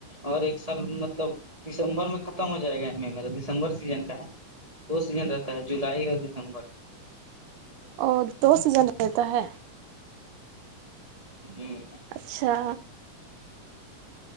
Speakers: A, on the right; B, on the right.
A: اور ایک سال مطلب دسمبر میں ختم ہو جائے گا ہمیں میرا دسمبر سیزن کا ہے دو سیزن رہتا ہے جولائی اوریا دسمبر
B: اورو دو سیزن رہتا ہے
A: ہمم
B: اچھا